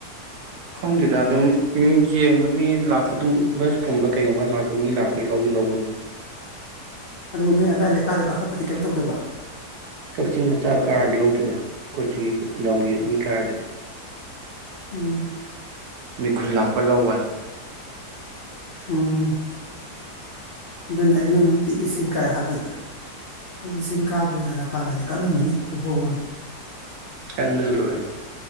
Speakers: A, on the right; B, on the left.
A: ꯈꯣꯡꯁꯤꯗ ꯑꯗꯨꯝ ꯌꯦꯡꯕ ꯃꯤ ꯂꯥꯛꯄ ꯑꯗꯨꯝ ꯕꯁꯀꯨꯝꯕ ꯀꯩꯒꯨꯝꯕ ꯂꯥꯛꯄ ꯃꯤ ꯂꯥꯛꯄꯒꯤ ꯂꯧꯁꯨ ꯂꯧꯕꯅꯤꯁꯦ
B: ꯑꯗꯨꯒ ꯅꯣꯏ ꯑꯗꯥꯋꯥꯏ ꯂꯩꯀꯥꯏꯗ ꯀꯥꯈꯠꯄꯗꯤ ꯀꯩꯝ ꯇꯧꯗꯕ
A: ꯀꯛꯆꯤꯡ ꯃꯆꯥ ꯀꯥꯔꯗꯤ ꯂꯧꯗꯣꯏꯗ ꯑꯩꯈꯣꯏꯆꯤꯒꯤ ꯂꯝ ꯂꯝꯒꯤ ꯃꯤ ꯀꯥꯔꯗꯤ
B: ꯎꯝ
A: ꯃꯤ ꯈꯨꯜ ꯂꯥꯛꯄ ꯂꯧꯕ
B: ꯎꯝ ꯑꯗꯨꯅꯤ ꯑꯩ ꯅꯣꯏ ꯅꯨꯡꯇꯤꯒꯤ ꯆꯤꯡ ꯀꯥꯏ ꯍꯥꯏꯕꯗꯨꯗ ꯅꯗꯤ ꯆꯤꯡ ꯀꯥꯕꯅꯤꯅꯅ ꯐꯪꯒꯅꯤ ꯀꯠꯂꯝꯃꯅꯤ ꯈꯕꯣꯡ ꯑꯗꯨ
A: ꯀꯟꯕꯗ ꯂꯣꯏꯔꯦ